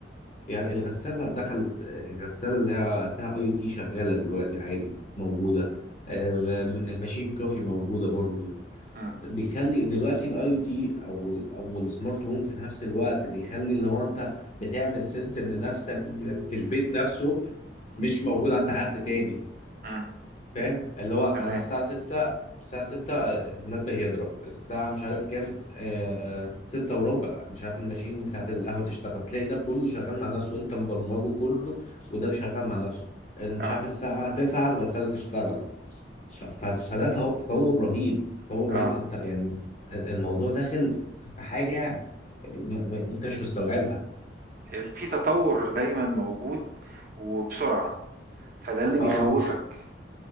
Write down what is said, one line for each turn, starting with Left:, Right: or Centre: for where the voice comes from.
Left: يعني الغسالة دخلت آه، الغسالة اللي هي فيها اي او تي شغالة دلوقتي عادي موجودة آه، م- ماشين كوفي موجودة برضه
Right: امم
Left: بيخلي دلوقتي الاي او تي او ال- او السمارت هوم في نفس الوقت بيخلي اللي هو انت بتعمل سيستم لنفسك في في البيت نفسه مش موجود عند حد تاني
Right: امم
Left: فاهم اللي هو انا
Right: تمام
Left: الساعه 6 الساعه 6 آه، المنبه يضرب الساعه مش عارف كام آه 6 وربع مش عارف الماشين بتاعت القهوه تشتغل تلاقي ده كله شغال مع نفسه وانت مبرمجه كله وده شغال مع نفسه مش
Right: اه
Left: عارف الساعه 9 الغساله تشتغل ف- ف- فده تو- تطور رهيب تطور رهيب
Right: اه
Left: انت يعني ال- الموضوع داخل في في حاجة م- م- انت مش مستوعبها
Right: ال- في تطور دايما موجود وبسرعة فده اللي بيخوفك
Left: اه